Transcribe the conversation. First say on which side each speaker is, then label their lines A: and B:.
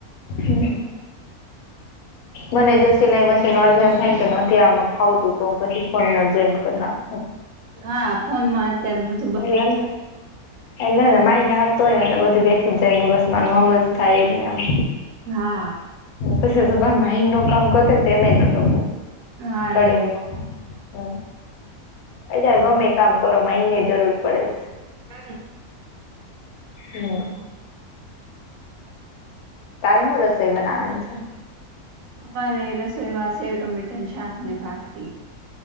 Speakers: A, on the left; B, on the right.
A: હમ મને જો સિલાઈમાં ન થાય કે નથી આમાં ફાવતું તો હ પછી ફોન જોઈન કરી નાખ
B: હા ફોન માં અત્યારે બધ
A: એલામ ના એટલેને માઈ ને હાલતો હોય ને એટલે બધું બેઠી જાય મુગસમા મોમ્મ થાય એટલેમ
B: હા
A: પછી માઇડ ન કામ કર ને તેમમે ટપે
B: હા
A: કડીંગ
B: એમ
A: હમ અજ ગમે કામ કરો એની જરૂર પડેસ
B: હા
A: હમ તારે હું રસોઈ બનાવાની છે
B: અમારે રસોઈમાં છેવ ટમેટર શાક ને ભાખરી